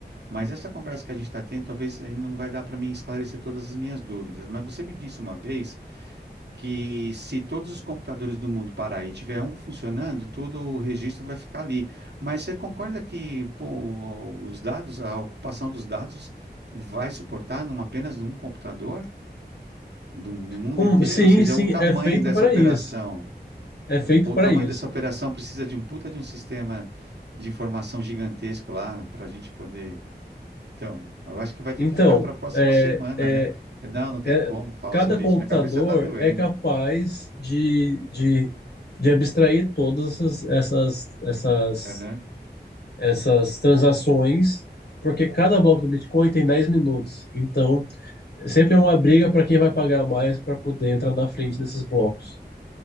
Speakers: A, on the right; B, on the left.
A: mas essa conversa que a gente está tendo, talvez ainda não vai dar para mim esclarecer todas as minhas dúvidas. Mas você me disse uma vez que se todos os computadores do mundo parar e tiver um funcionando, todo o registro vai ficar ali. Mas você concorda que, pô, os dados, a ocupação dos dados vai suportar numa apenas um computador do, no mundo
B: com-
A: inteiro?
B: sim,
A: Ou seja,
B: sim,
A: o tamanho
B: é feito
A: dessa
B: para
A: operação?
B: isso. É feito
A: Ou
B: para
A: o tamanho
B: isso.
A: dessa operação precisa de um puta de um sistema de informação gigantesco lá para a gente poder. Então, eu acho que vai ter
B: Então,
A: que ficar para a próxima
B: é,
A: semana,
B: é,
A: né? Não, não tem
B: é-
A: como falar
B: cada
A: sobre
B: computador
A: isso. Minha cabeça está doendo.
B: é capaz de, de, de abstrair todas essas, essas, essas,
A: Aham,
B: essas transações, porque cada bloco do Bitcoin tem 10 minutos. Então, sempre é uma briga para quem vai pagar mais para poder entrar na frente desses blocos.